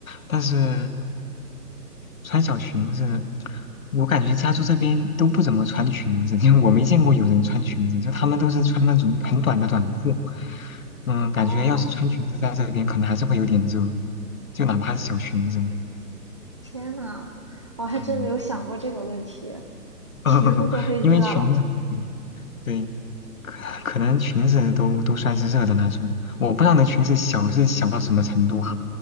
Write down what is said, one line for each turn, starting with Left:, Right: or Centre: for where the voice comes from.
Left: 但是。穿小裙子，我感觉加州这边都不怎么穿裙子，因为我没见过有人穿裙子，就他们都是穿那种很短的短裤。嗯，感觉要是穿裙子在这边，
Right: 哦，
Left: 可能还是会有点热，就哪怕是小裙子。
Right: 天呐，我还真没有想过这个问题。
Left: 嗯，
Right: 裙子都会热了吗？
Left: <laughs> 因为裙子，对对可可能裙子都都算是热的那种。我不知道那裙子小是小到什么程度哈、